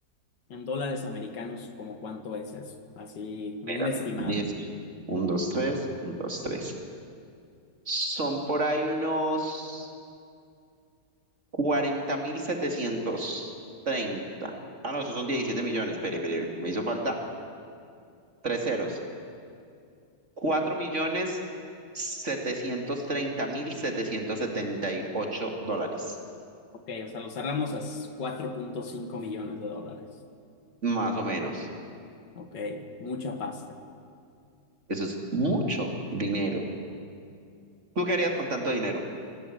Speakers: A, on the left; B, on the right.
A: En dólares americanos, ¿como cuánto es eso? Así,
B: Espérate,
A: un estimado.
B: diecisiete, uno dos, tres, uno dos, tres. Son por ahí unos cuarenta mil setecientos treinta. Ah, no, esos son diecisiete millones. Espere, espere, me hizo falta tres ceros. cuatro millones setecientos treinta mil setecientos setenta y ocho dólares,
A: Ok, o sea, lo cerramos a cuatro punto cinco millones de dólares.
B: más o menos.
A: Ok, mucha pasta.
B: Eso es mucho dinero. ¿Tú qué harías con tanto dinero?